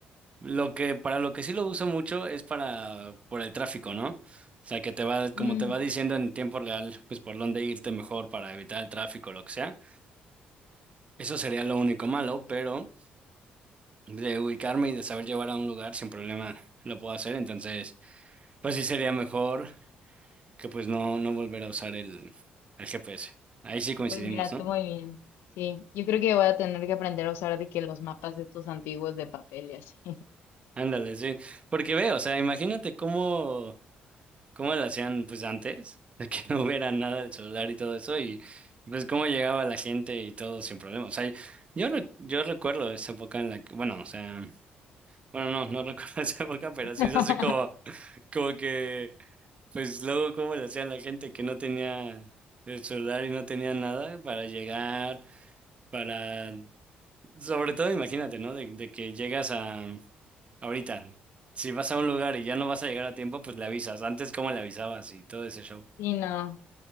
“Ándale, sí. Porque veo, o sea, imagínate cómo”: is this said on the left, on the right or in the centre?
Right